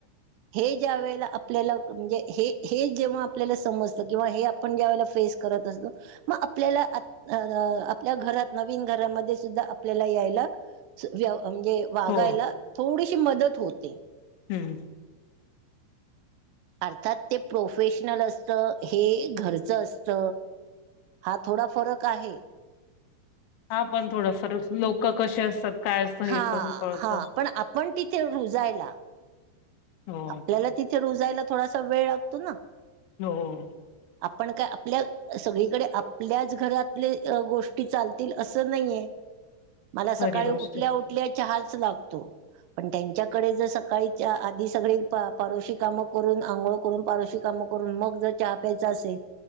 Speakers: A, on the right; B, on the left.
A: हे ज्या वेळेला आ आपल्याला म्हणजे हे हे जेव्हा आपल्याला समजत किंवा हे आपण ज्या वेळेला फेस करत असतो. मग आपल्याला आपल्या घरात नवीन घरामध्ये सुद्धा आपल्याला यायला व म्हणजे वागायला
B: हो,
A: थोडीशी मदत होते.
B: हम्म
A: अर्थात ते प्रोफेशनल असत हे घरच असत. हा, थोडा फरक आहे.
B: हा, पण थोडं <unintelligible> लोकं कसे असतात. काय असतं हे
A: हा,
B: पण कळतं.
A: हा. पण, आपण तिथे रुजायला
B: हो,
A: आपल्याला तिथे रुजायला, थोडासा वेळ लागतो ना.
B: हो.
A: आपण काय आपल्या, सगळीकडे आपल्याच घरातले, अ गोष्टी चालतील असं नाहीये. <inaudible> मला सकाळी
B: खरी गोष्ट
A: उठल्या-
B: आहे.
A: उठल्या चहाच लागतो. पण त्यांच्याकडे जर सकाळीच्या आधीच सगळी पा पारोशी कामं करून. आंघोळ करून. पारोशी कामं करून. मग जर चहा प्यायचं असेल